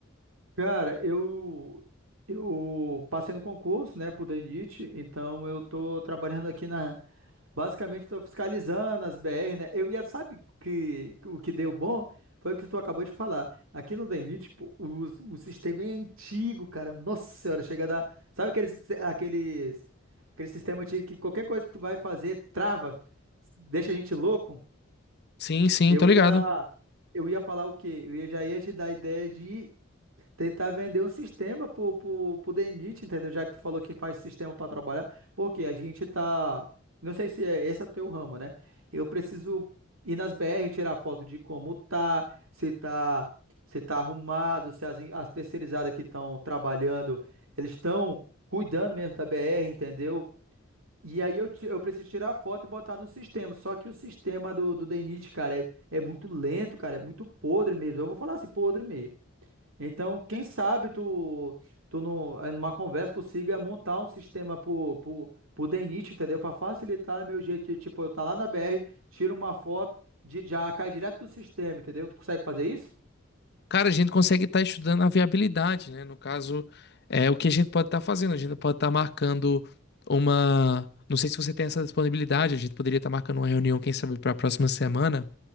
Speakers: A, on the right; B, on the left.
A: Cara, eu eu passei no concurso, né, pro DENIT, então eu tô trabalhando aqui na, basicamente tô fiscalizando as BR, né? Eu ia, sabe que que o que deu bom foi o que tu acabou de falar. Aqui no DENIT, pô, o, o sistema é antigo, cara. Nossa Senhora, chega a dar, sabe aqueles aqueles aquele sistema antigo que qualquer coisa que tu vai fazer trava, deixa a gente louco?
B: Sim, sim,
A: Eu
B: tô ligado.
A: ia eu ia falar o quê? Eu ia- já ia te dar a ideia de Tentar vender um sistema pro, pro, pro DNIT, entendeu? Já que tu falou que faz sistema para trabalhar, porque a gente tá. Não sei se é esse é o teu ramo, né? Eu preciso ir nas BR, tirar foto de como tá, se tá, se tá arrumado, se as, as terceirizadas que estão trabalhando, eles estão cuidando mesmo da BR, entendeu? E aí eu, ti- eu preciso tirar a foto e botar no sistema. Só que o sistema do, do DNIT, cara, é, é muito lento, cara, é muito podre mesmo. Eu vou falar assim, podre mesmo. Então, quem sabe tu, tu no, eh, numa conversa consiga montar um sistema pro, pro, pro DNIT, entendeu? Para facilitar meu jeito de, tipo, eu tá lá na BR, tiro uma foto, de, já cai direto do sistema, entendeu? Tu consegue fazer isso?
B: Cara, a gente consegue estar estudando a viabilidade, né? No caso, é o que a gente pode estar fazendo. A gente pode estar marcando uma. Não sei se você tem essa disponibilidade, a gente poderia estar marcando uma reunião, quem sabe, para a próxima semana,